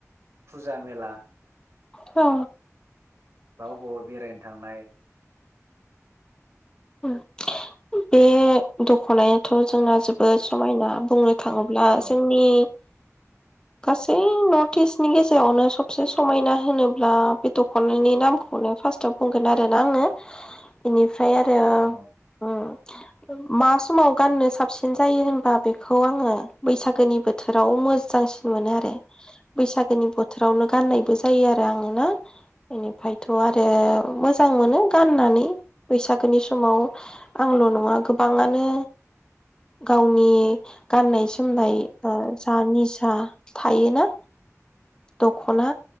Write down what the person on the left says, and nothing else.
औ
ओ बे दख'नायाथ' जोंना जोबोद समायना बुंनो थाङोब्ला
जोंनि गासै नर्थ इस्टनि गेजेरावनो सबसे समायना होनोब्ला बे दख'नानि नामखौनो फार्स्टआव बुंगोन आरो ना आङो बेनि ओमफ्राय आरो
ओम मा समाव गाननो साबसिन जायो होनबा बेखौ आङो बैसागोनि बोथोराव मोजांसिन मोनो आरो बैसागोनि बोथोर बोथोरावनो गाननायबो जायो आरो आङो ना बेनिफ्रायथ' आरो मोजां मोनो गाननानै बैसागोनि समाव आंल' नङा गोबाङानो गावनि गाननाय जोमनाय ओ जा निसा थायोना दख'ना